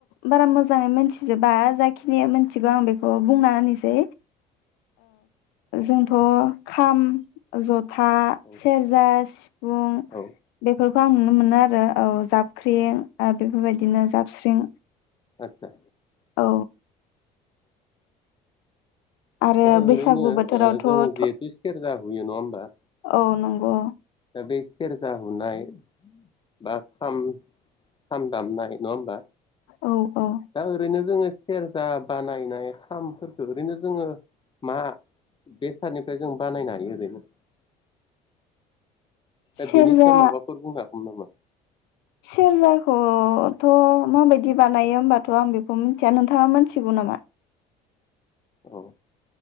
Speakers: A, on the left; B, on the left.
A: बारा मोजाङै मोनथिजोबा जाखिनि मिथिगौ आं बेखौ बुंना होनोसै जोंथ' खाम जथा
B: औ
A: सेरजा सिफुं
B: औ
A: बेफोरखौ आं नुनो मोनो आरो। औ जाबख्रिं बेफोरबायदिनो जाबस्रिं
B: आतसा।
A: औ। आरो
B: दा
A: बैसागु
B: ओरैनो
A: बोथोरावथ'
B: जों
A: थ'
B: जिहेथु सेरजा। होयो नङा होमबा।
A: औ नंगौ।
B: दा बे सेरजा हुनाय बा खाम दामनाय नङा होमबा।
A: औ औ
B: दा ओरैनो जोङो सेरजा बानायनाय खामफोरखौ ओरैनो जोङो मा बेसादनिफ्राय जों बानायनो हायो ओरैनो दा
A: सेरजा
B: बेनि सायाव माबाफोर बुंङो <unintelligible>
A: सेरजाखौथ' माबायदि बानायो होमबाथ' आं बेखौ मिथिया नोंथाङा मिथिगौ नामा
B: औ।